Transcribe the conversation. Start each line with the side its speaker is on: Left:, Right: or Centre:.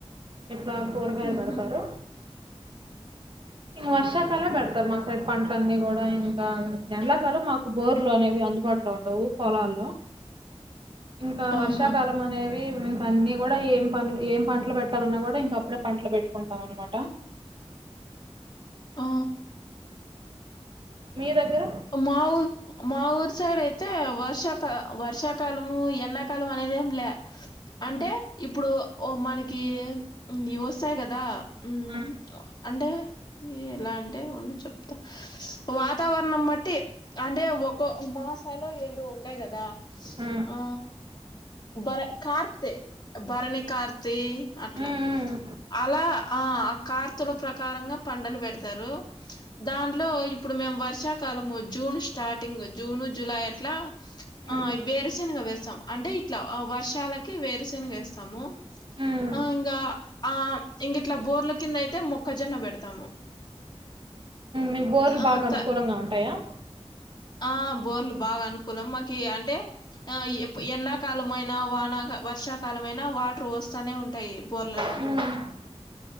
Right: ఇట్లా కూరగాయలు
Left: ఉమ్,
Right: పెడతారు.
Left: ఉమ్.
Right: ఈ వర్షాకాలం బెడతారు మా సైడ్ పంటలన్నీ కూడా ఇంకా ఎండాకాలం మాకు బోర్లు అనేవి అందుబాటులో ఉండవు పొలాల్లో ఇంకా
Left: ఆహా
Right: వర్షాకాలం అనేవి ఇంకన్ని కూడా ఏం పంటలు ఏం పంటలు పెట్టాలన్నా కూడా ఇంక అప్పుడే పంటలు పెట్టుకుంటాం అన్నమాట.
Left: ఆ
Right: మీ దగ్గర
Left: మా ఊ మా ఊరు సైడ్ అయితే వర్షాకా వర్షాకాలము ఎండాకాలం అనేదేం ల్యా అంటే
Right: హ్మ్.
Left: ఇప్పుడు ఓ మనకి ఇంగివొస్తాయి కదా మ్మ్
Right: హ్మ్.
Left: అంటే ఎలా అంటే ఉండు చెప్తా వాతావరణం బట్ ట్టి అంటే ఒకో మాసాలో ఏండో ఉండాయి కదా
Right: హ్మ్.
Left: ఆ బర కార్తే భరణి కార్తీ అట్లా
Right: హ్మ్.
Left: అలా ఆ కార్తల ప్రకారంగా పంటలు పెడతారు దాంట్లో ఇప్పుడు మేము వర్ష కాలము జూష్ స్టార్టింగ్ జూన్ జులై అట్లా
Right: హ్మ్.
Left: ఆ వేరుశేనుగా వేస్ సాం అంటే ఇట్లా వర్షాలకి వేరుశేనగేస్తాము.
Right: హ్మ్.
Left: ఆ ఇంగా ఆ ఇంగిట్ల బోర్ల కింద అయితే మొక్కజొన్న పెడతాము.
Right: మీ బోర్లు
Left: ఆ
Right: బాగా
Left: త
Right: అనుకూలంగా ఉంటాయా?
Left: ఆ బోర్లు బాగా అనుకూలం మాకి. అంటే, ఆ ఎప్పు ఎండాకాలం అయినా వానా వర్షాకాలం అయినా వాటర్ వస్తానే ఉంటాయి. బోర్లలో
Right: హ్మ్.